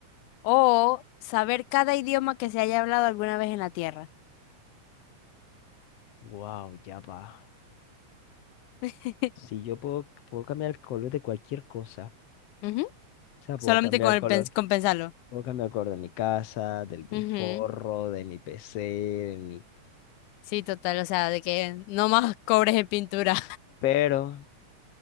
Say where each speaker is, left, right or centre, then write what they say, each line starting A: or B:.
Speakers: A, on the left; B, on the left.
A: o saber cada idioma que se haya hablado alguna vez en la Tierra.
B: wow, ya va.
A: <laughs>
B: Si yo puedo, puedo cambiar el color de cualquier cosa.
A: Ujú,
B: O sea, puedo
A: Solamente
B: cambiar
A: con,
B: el
A: el
B: color.
A: pens- con pensarlo.
B: Puedo cambiar el color de mi casa, de mi
A: Ujú,
B: forro, de mi PC, de mi
A: Sí, total, o sea, de que no más <laughs> cobres en pintura.
B: pero